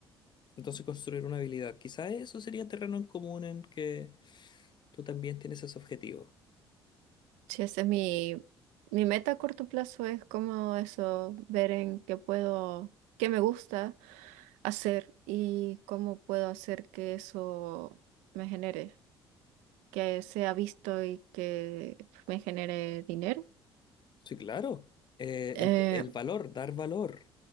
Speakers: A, on the left (about 35°); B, on the right (about 65°).
A: Entonces construir una habilidad, quizás eso sería terreno en común en que tú también tienes ese objetivo.
B: Sí, ese es mi, mi meta a corto plazo, es como eso, ver en qué puedo, qué me gusta hacer y cómo puedo hacer que eso me genere, que sea visto y que me genere dinero.
A: Sí, claro. Eh,
B: Eh,
A: ent- el valor, dar valor.